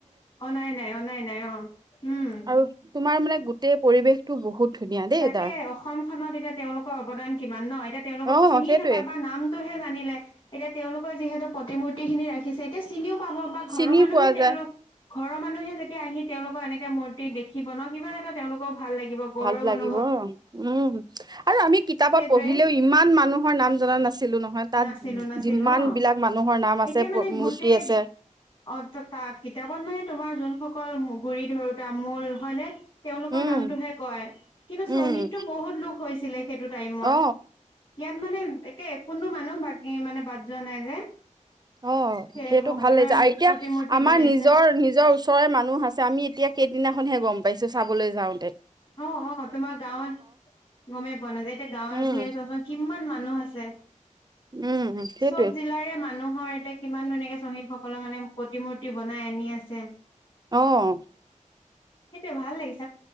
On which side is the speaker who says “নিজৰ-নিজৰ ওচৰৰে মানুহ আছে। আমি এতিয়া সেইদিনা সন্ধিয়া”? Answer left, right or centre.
Right